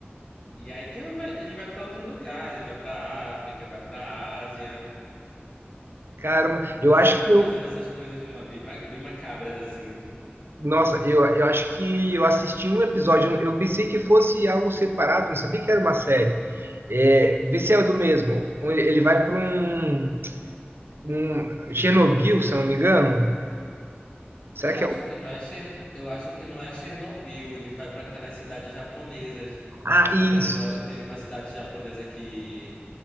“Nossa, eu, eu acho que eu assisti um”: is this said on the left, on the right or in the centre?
Right